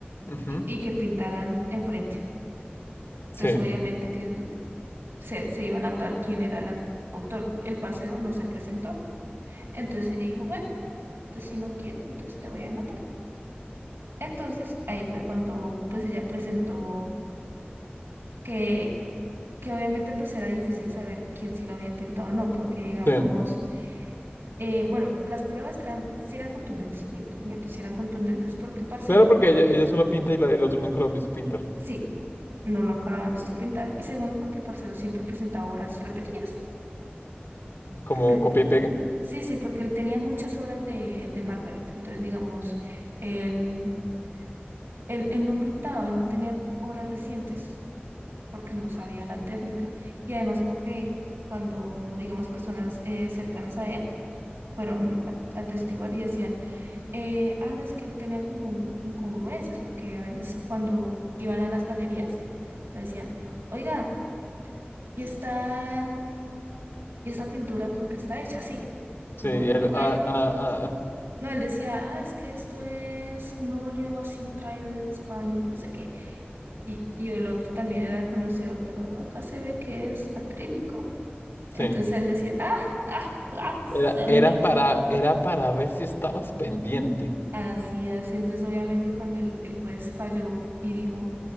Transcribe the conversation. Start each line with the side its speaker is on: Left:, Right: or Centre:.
Left: ujú.
Right: y, y que pintaran enfrente. Entonces
Left: Sí,
Right: obviamente que se, se iban a notar quién era el autor. El parcero no se presentó. Entonces ella dijo, bueno, entonces si no quieres, entonces te voy a matar. Entonces ahí fue cuando pues ella presentó que que obviamente pues era difícil saber quién sí lo había pintado o no, porque digamos,
Left: sí.
Right: eh, bueno, las pruebas eran, sí eran contundentes, miento, miento, sí eran contundentes porque el parcero,
Left: Claro, porque ella, ella solo pinta y la, el otro nunca lo han visto pintar.
Right: sí, no lo han lo habían visto pintar, y segundo porque el parcero siempre presentaba obras repetidas,
Left: Como
Right: porque
Left: un copia y pega.
Right: sí, sí, porque él tenía muchas obras de, de Margaret, entonces digamos, él, él, él no pintaba, él no tenía obras recientes, porque él no sabía la técnica, y además porque cuando, digamos, personas eh, cercanas a él, fueron a, a atestiguar y decían, eh, ah, no, es que él tenía como incongruencias, porque a veces cuando iban a las galerías, le decían, oiga, ¿y esta, y esta pintura con qué está hecha? Sí, como,
Left: Sí, y
Right: "Ah,
Left: él,
Right: güey,
Left: ah,
Right: que...
Left: ah, ah,
Right: No, él decía, ah, es que esto es un óleo así traído desde España, yo no sé qué. Y, y el otro también era conocedor, pero acá se ve que es acrílico.
Left: sí.
Right: Entonces él decía, ah, <laughs> ah, ah, se
Left: Era, era
Right: me
Left: para, era para ver si estabas pendiente.
Right: Así, así. Entonces, obviamente, cuando el, el juez falló y dijo,